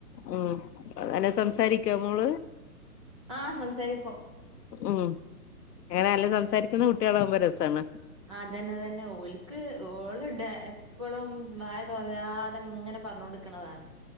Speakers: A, on the left (about 80°); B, on the right (about 20°).
A: ഉം നല്ലോ സംസാരിക്കോ മോള്
B: ആഹ് സംസാരിക്കും
A: ഉം അങ്ങനെ നല്ല സംസാരിക്കുന്ന കുട്ട്യേളാകുമ്പോ രസ ആണ്
B: അതന്നെതന്നെ ഓൽക്ക് ഓള് ഡ എപ്പളും വായതോരാതെങ്ങനെ പറഞ്ഞോണ്ട്ക്ക്ണതാണ്